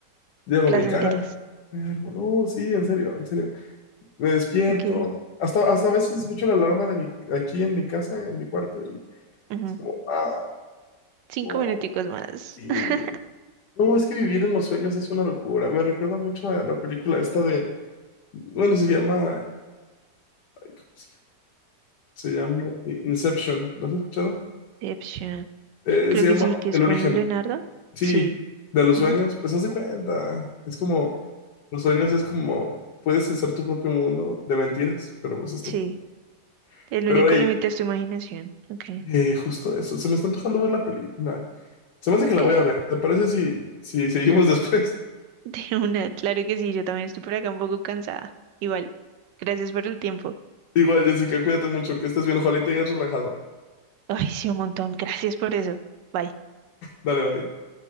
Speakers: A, on the left (about 70°); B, on the right (about 80°).
A: llego a
B: Placenteras.
A: mi casa, me duermo, no, sí, en serio, en serio, me despierto,
B: Ok.
A: hasta, hasta a veces escucho la alarma de mi, aquí en mi casa, en mi cuarto, y
B: ujú,
A: es como, ah,
B: Cinco
A: oh,
B: minuticos más.
A: sí.
B: <laughs>
A: No, es que vivir en los sueños es una locura, me recuerda mucho a la película esta de, bueno, se llama, ay, ¿cómo se llama? Se llama Inception, ¿lo has escuchado?
B: Inception.
A: Eh,
B: Creo
A: se llama
B: que sí, que
A: El
B: es con
A: Origen.
B: Leonardo.
A: Sí,
B: Sí.
A: de los
B: ujú,
A: sueños, pues haz de cuenta. Es como, los sueños es como, puedes hacer tu propio mundo de mentiras, pero pues es
B: Sí.
A: tu propio.
B: El
A: Pero
B: único
A: hey,
B: límite es tu imaginación. Ok.
A: eh, justo eso, se me está antojando ver la película. Se me hace
B: Ok.
A: que la voy
B: <laughs>
A: a ver. ¿Te parece si, si seguimos después?
B: De una. Claro que sí, yo también estoy por acá un poco cansada. Igual. Gracias por el tiempo.
A: <laughs> Igual, Jessica, cuídate mucho, que estés bien, ojalá y te hayas relajado.
B: Ay, sí, un montón. Gracias por eso. Bye.
A: Dale, bye.